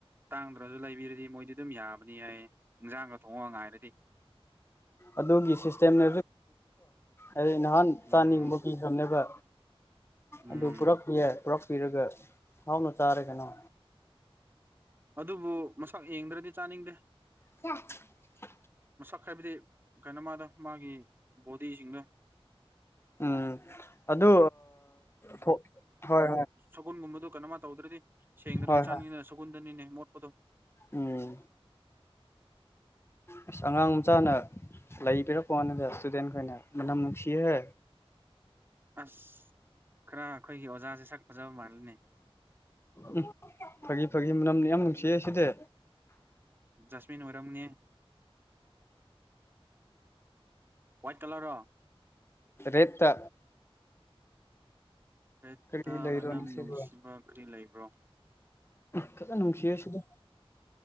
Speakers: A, on the right (about 20°); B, on the left (about 25°).
A: ꯇꯥꯡꯗ꯭ꯔꯁꯨ ꯂꯩꯕꯤꯔꯗꯤ ꯃꯣꯏꯗꯤ ꯑꯗꯨꯝ ꯌꯥꯕꯅꯤ ꯑꯩ ꯏꯟꯖꯥꯡꯒ ꯊꯣꯡꯒ ꯉꯥꯏꯔꯗꯤ
B: ꯑꯗꯨꯒꯤ ꯁꯤꯁꯇꯦꯝ ꯂꯩ ꯑꯩ ꯅꯍꯥꯟ
A: ꯎꯝ
B: ꯆꯥꯅꯤꯒꯨꯝꯕ ꯄꯤꯈ꯭ꯔꯕꯅꯦꯕ
A: ꯎꯝ
B: ꯑꯗꯨ ꯄꯨꯔꯛꯄ ꯌꯥꯏ ꯄꯨꯔꯛꯄꯤꯔ ꯒ ꯍꯥꯎꯅ ꯆꯥꯔꯦ ꯀꯩꯅꯣ
A: ꯑꯗꯨꯕꯨ ꯃꯁꯛ ꯌꯦꯡꯗ꯭ꯔꯗꯤ ꯆꯥꯅꯤꯡꯗꯦ
B: <unintelligible>
A: ꯃꯁꯛ ꯍꯥꯏꯕꯗꯤ ꯀꯩꯅꯣ ꯃꯥꯗ ꯃꯥꯒꯤ ꯕꯣꯗꯤꯁꯤꯡꯗ
B: ꯎꯝ ꯑꯗꯨ ꯍꯣꯏ ꯍꯣꯏ
A: ꯁꯒꯨꯜꯒꯨꯝꯕꯗꯣ ꯀꯩꯅꯝꯃ ꯇꯧꯗ꯭ꯔꯗꯤ ꯁꯦꯡꯗ꯭ꯔꯗꯤ
B: ꯍꯣꯏ
A: ꯆꯥꯅꯤꯡꯗꯅ
B: ꯍꯣꯏ
A: ꯁꯒꯨꯟꯗꯅꯤꯅꯦ ꯃꯣꯠꯄꯗꯣ
B: ꯎꯝ ꯑꯁ ꯑꯉꯥꯡ ꯃꯆꯥꯅ ꯂꯩꯕꯤꯔꯛꯄꯣ ꯅꯗ ꯏꯁꯇꯨꯗꯦꯟꯈꯅ ꯃꯅꯝ ꯅꯨꯡꯁꯤꯍꯦ
A: ꯑꯁ ꯈꯔ ꯑꯩꯈꯣꯏꯒꯤ ꯑꯣꯖꯥꯁꯦ ꯁꯛ ꯐꯖꯕ ꯃꯥꯜꯂꯅꯦ
B: ꯎꯝ ꯐꯥꯒꯤ ꯐꯥꯒꯤ ꯃꯅꯝꯅꯤ ꯌꯥꯝ ꯅꯨꯡꯁꯤꯌꯦ ꯁꯤꯗꯤ
A: ꯖꯁꯃꯤꯟ ꯑꯣꯏꯔꯝꯅꯤ ꯋꯥ꯭ꯋꯥꯠ ꯀꯂꯔꯣ
B: ꯔꯦꯠꯇ
A: ꯔꯦꯇꯥ
B: ꯀꯔꯤ ꯂꯩꯔꯣ
A: ꯃꯅꯝ
B: ꯁꯤꯕꯣ
A: ꯅꯨꯡꯁꯤꯕ ꯀꯔꯤ ꯂꯩꯕ꯭ꯔꯣ
B: ꯐꯖꯅ ꯅꯨꯡꯁꯤꯌ ꯁꯤꯗ